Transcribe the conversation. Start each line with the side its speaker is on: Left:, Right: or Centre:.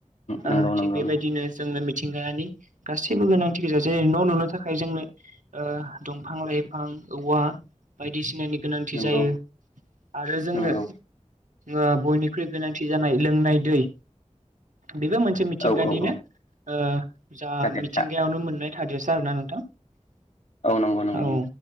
Right: ओ
Left: नंगौ
Right: थिग
Left: नंगौ
Right: बेबायदिनो जोंनो मिथिंगायानि गासैबो गोनांथि गोजा जेरै न' लुनो थाखाय जोंनो ओ दंफां लाइफां औवा बायदिसिनानि गोनांथि
Left: नंगौ
Right: जायो आरो जोंनो
Left: नंगौ
Right: ओ बयनिख्रुइ गोनांथि जानाय लोंनाय दै। बेबो मोनसे मिथिंगानिनो
Left: औ औ औ
Right: ओ जा
Left: थादेरसा
Right: मिथिंगायावनो मोननाय। थादेरसा आरो ना नोंथां
Left: औ नंगौ नंगौ
Right: औ।